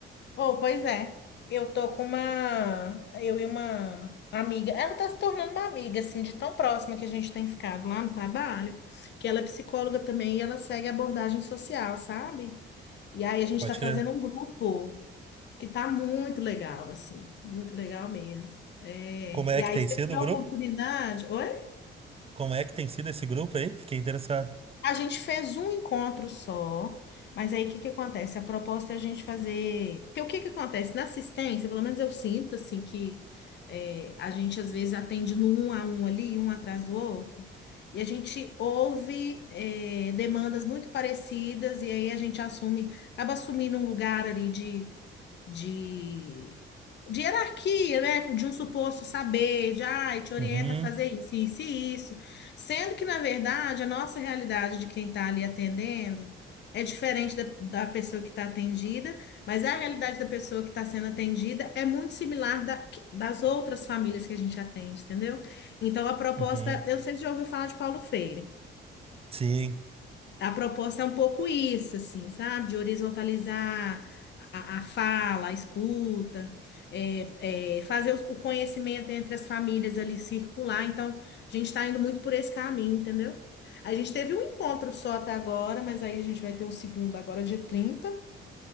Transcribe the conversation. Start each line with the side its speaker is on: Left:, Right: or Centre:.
Left: Oh, pois é. Eu tô com uma. Eu e uma amiga. Ela tá se tornando uma amiga, assim, de tão próxima que a gente tem ficado lá no trabalho, que ela é psicóloga também e ela segue abordagem social, sabe? E aí a gente
Right: Pode
Left: tá fazendo
Right: crer.
Left: um grupo. que tá muito legal, assim, muito legal mesmo. É,
Right: Como é
Left: e
Right: que
Left: aí,
Right: tem
Left: se
Right: sido
Left: você tiver
Right: o grupo?
Left: oportunidade, oi?
Right: Como é que tem sido esse grupo aí? Fiquei interessado.
Left: A gente fez um encontro só, mas aí o que que acontece? A proposta é a gente fazer. Porque o que que acontece? Na assistência, pelo menos eu sinto assim que é, a gente às vezes atende no um a um ali, um atrás do outro, e a gente ouve é, demandas muito parecidas, e aí a gente assume, acaba assumindo um lugar ali de de, de hierarquia, né? De um suposto saber, de ai, te orienta
Right: Uhum,
Left: a fazer isso, isso e isso. Sendo que, na verdade, a nossa realidade de quem está ali atendendo é diferente da, da pessoa que está atendida, mas a realidade da pessoa que está sendo atendida é muito similar da- das outras famílias que a gente atende, entendeu? Então, a proposta,
Right: uhum.
Left: eu sempre já ouvi falar de Paulo Freire.
Right: Sim.
Left: A proposta é um pouco isso, assim, sabe? De horizontalizar a, a fala, a escuta, é, é, fazer o, o conhecimento entre as famílias ali circular. Então, a gente está indo muito por esse caminho, entendeu? A gente teve um encontro só até agora, mas aí a gente vai ter um segundo agora, dia 30.